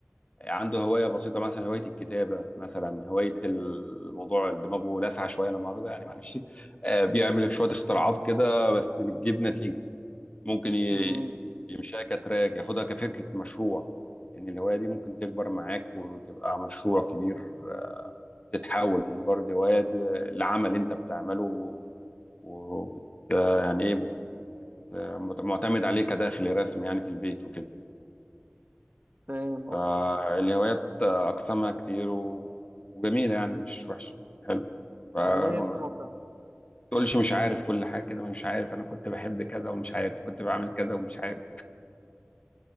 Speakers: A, on the left; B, on the right.
A: عنده هواية بسيطة مثلا هواية الكتابة مثلا هواية الموضوع دماغه لاسعة شوية لما أخده يعني معلش آه، بيعمل شوية اختراعات كده بس بتجيب نتيجة ممكن ي-
B: أمم،
A: يمشيها كتراك ياخدها كفكرة مشروع يعني الهواية دي ممكن تكبر معاك وتبقى مشروع كبير آه، تتحول من مجرد هواية ل- لعمل أنت بتعمله و و- آه، يعني إيه آه، معتمد عليه كداخل رسمي يعني في البيت وكده
B: فاهم اه
A: فالهوايات أقسامها كتير و... وجميلة يعني مش وحشة حلو فما
B: والله هي حلوة فعلا
A: تقولش مش عارف كل حاجة كده مش عارف أنا كنت بحب كذا ومش عارف كنت بعمل كذا ومش عارف